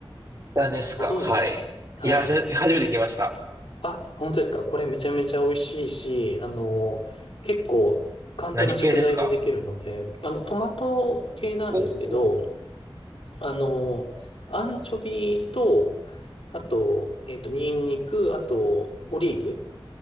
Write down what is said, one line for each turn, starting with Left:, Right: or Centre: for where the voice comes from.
Right: タですかはい。
Left: ご存知ですかはい。
Right: いや、し初めて聞きました。
Left: あ、本当ですか。これめちゃめちゃ美味しいし、あの、結構簡単な食材でできるので、
Right: 何系ですか
Left: あの、トマト系なんですけど、
Right: おおー。
Left: あの、アンチョビと、あと、えっと、ニンニク、あと、オリーブ